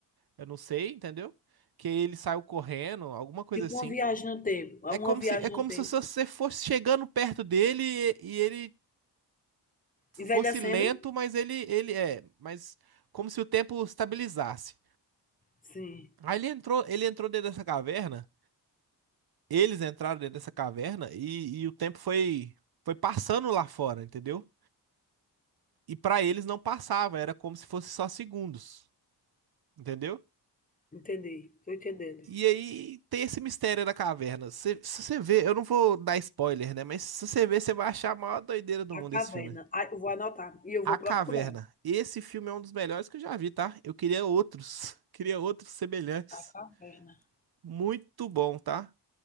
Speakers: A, on the right (about 60°); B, on the left (about 20°).
A: eu não sei, entendeu? Que ele saiu correndo, alguma coisa
B: Tipo
A: assim.
B: uma viagem no tempo. é
A: É
B: Uma
A: como
B: viagem
A: se, é
B: no
A: como
B: tempo.
A: se você fosse chegando perto dele e, e ele fosse
B: Envelhecendo?
A: lento, mas ele, ele é, mas como se o tempo estabilizasse.
B: Sim,
A: Aí ele entrou, ele entrou dentro dessa caverna, eles entraram dentro dessa caverna e, e o tempo foi, foi passando lá fora, entendeu? E pra eles não passava, era como se fosse só segundos, entendeu?
B: entendi. Estou entendendo.
A: E aí tem esse mistério da caverna. Se, se você ver, eu não vou dar spoiler, né? Mas se você ver, você vai achar a maior doideira do mundo
B: A caverna.
A: esse filme.
B: Ah, eu vou anotar e eu vou
A: A Caverna.
B: procurar.
A: Esse filme é um dos melhores que eu já vi, tá? Eu queria outros. <laughs> Queria outros semelhantes.
B: A caverna.
A: Muito bom, tá?